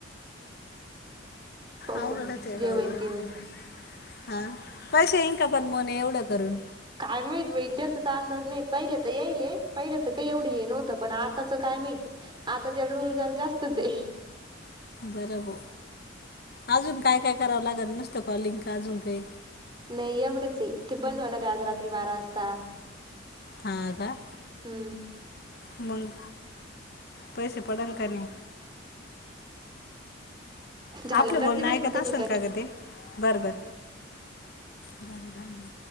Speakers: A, on the right; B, on the left.
A: पाऊ
B: अवघडच
A: करून
B: आहे
A: जे
B: बाबा
A: होईन
B: हे.
A: ते होईन
B: हां पैसे येईन का पण मोने एवढं करून?
A: काय माहीत बाई त्याचाच अंदाज नाही पहिल्या तर येईलय पहिल्याचं काही एवढं हे नव्हतं पण आताच काय माहीत. आत्ताच्याला रुल जरा जास्तच आहे.
B: बरं बो अजून काय काय करावं लागेल नुसतं कॉलिंग का अजून काही?
A: नाही एवढंच आहे ते बंद होणारे आज रात्री बारा वाजता.
B: हां का?
A: हम्म
B: मग पैसे पडल का नाही?
A: झालं
B: आपलं
A: करते
B: बोलणं
A: बा
B: ऐकतं
A: होते
B: असेल
A: मी कट
B: का गं ते, बरं बरं द दहा मि